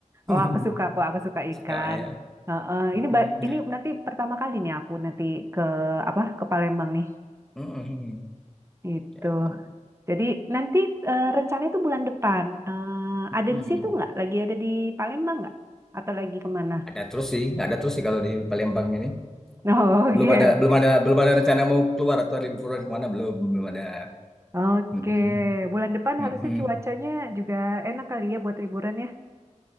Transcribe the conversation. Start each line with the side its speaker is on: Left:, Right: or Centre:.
Centre: <laughs>
Right: Oh, aku suka kok. Aku suka ikan.
Centre: Suka ya.
Right: Heeh.
Centre: Mm-mm.
Right: Ini, ba- ini nanti pertama kali nih aku nanti ke apa ke Palembang nih.
Centre: Mm-mm.
Right: Gitu.
Centre: Ya.
Right: Jadi nanti eh, rencana itu bulan depan. Eh, ada
Centre: Hmm.
Right: di situ nggak? Lagi ada di Palembang nggak? Atau lagi kemana?
Centre: Ada terus sih, nggak ada terus sih kalau di Palembang ini.
Right: <laughs>
Centre: Belum
Right: Oke,
Centre: ada, belum ada, belum ada rencana mau keluar atau liburan kemana belum, belum ada.
Right: Oke.
Centre: Mm-mm.
Right: Bulan depan
Centre: Mm-mm.
Right: harusnya cuacanya juga enak kali ya buat liburan ya.